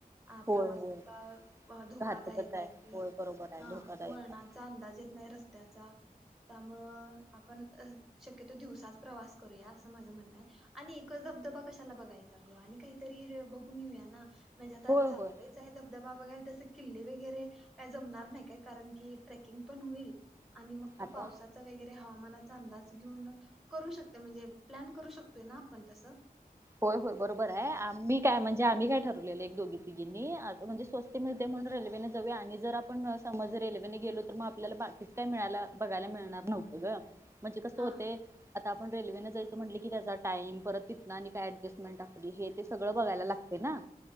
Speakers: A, in the centre; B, on the right (about 15°).
A: हा
B: होय
A: प्रवास
B: होय
A: इतका धोकादायक
B: घातकच
A: आहे कि,
B: होय बरोबर आहे
A: हा
B: धोकादायक
A: वळणं
B: आहे
A: चा अंदाज येत नाही रस्त्याचा त्यामुळं आपण शक्यतो दिवसाच प्रवास करूया, असं माझं म्हणणं आहे आणि एकच धबधबा कशाला बघायचा ग, आणि काहीतरी बघून येऊया ना, म्हणजे आता
B: होय
A: चाललोय
B: होय
A: धबधबा बघाय तसे किल्ले वगैरे का जमणार नाही काय, कारण की ट्रेकिंग पण होईल आणि मग तू
B: आता
A: पावसात वगैरे हवामानाचा अंदाज घेऊन करू शकतोय म्हणजे, प्लॅन करू शकतोय ना आपण तसं
B: होय होय बरोबर आहे, आम्ही काय म्हणजे आम्ही काय ठरवलेलं एक दोघी तिघींनी, म्हणजे स्वस्त मिळतय म्हणून रेल्वेनं जाऊया, आणि जर आपण समज रेल्वेने गेलो तर मग आपल्याला बाकीच काय मिळायला बघायला मिळणार नव्हतं ग, म्हणजे कसं
A: हा
B: होतय आता आपण रेल्वेनें जायचं म्हटलं की त्याचा टाइम, परत ति आणि एडस्टमेंट आसली हे ते सगळं बघायला लागतय ना,